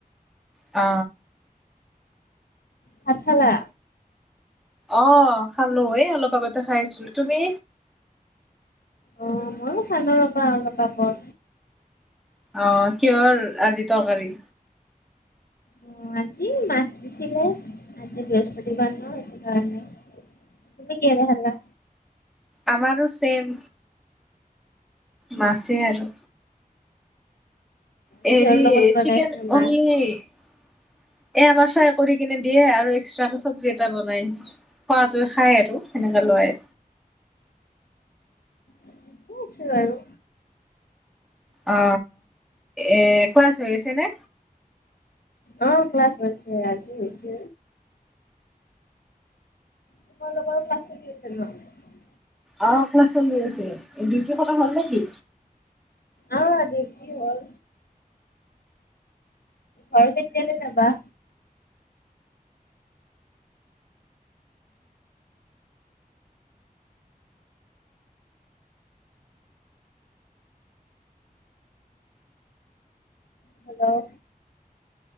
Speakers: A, in the centre; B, on the left (about 85°).
A: অ।
B: ভাত খালা।
A: অ খালো এই অলপ আগতে খাই উঠিলো তুমি
B: অ মইয়ো ৰবা অলপ আগত
A: অহ কিহৰ আজি তৰকাৰী
B: অ আজি মাছ দিছিলে আজি বৃহস্পতি বাৰো সেইটো কাৰণে তুমি কিহেৰে খালা
A: আমাৰো ছেম মাছে আৰু হৰি
B: কিহৰ লগত বনাইছিল
A: চিকেন
B: মাছ?
A: অনলি এ আমাৰ ফ্ৰাই কৰি কিনে দিয়ে আৰু এক্সট্ৰাকে চব্জি এটা বনাই খোৱাতোয়ে খাই আৰু সেনেকা লয়
B: কি আছে বাৰু
A: অ এ ক্লাচ হৈ আছে নে
B: অ ক্লাছ হৈছে আজি হৈছে তোমালোকৰ ক্লাছ চলি আছে নাই
A: অ ক্লাছ চলি আছে ডিউটি কথা হ'ল নেকি
B: অ ডিউতি হল ঘৰ কেতিয়াকে যাবা hello